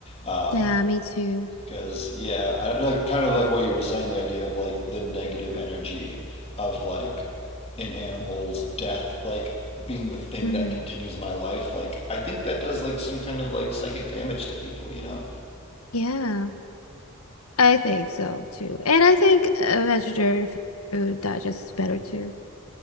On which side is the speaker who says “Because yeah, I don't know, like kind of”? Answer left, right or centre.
Left